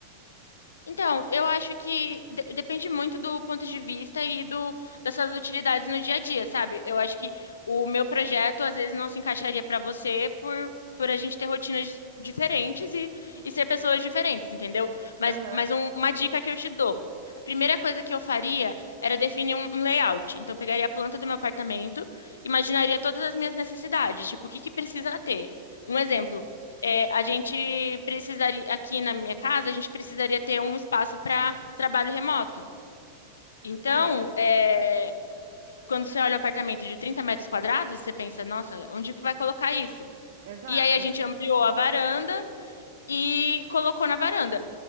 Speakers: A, on the left; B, on the right.
A: Então, eu acho que de- depende muito do ponto de vista e do dessas utilidades no dia a dia, sabe? Eu acho que o meu projeto às vezes não se encaixaria para você por por a gente ter rotinas diferentes e, e ser pessoas diferentes, entendeu? Mas,
B: Aham,
A: mas um- uma dica que eu te dou. A primeira coisa que eu faria era definir um, um layout. Então, eu pegaria a planta do meu apartamento, imaginaria todas as minhas necessidades, tipo, o que que precisa ter. Um exemplo é, a gente precisaria, aqui na minha casa, a gente precisaria ter um espaço para trabalho remoto. Então,
B: sim,
A: é, quando você olha um apartamento de 30 metros quadrados, você pensa, nossa, onde que vai colocar isso?
B: exato,
A: E aí a gente ampliou a varanda e colocou na varanda.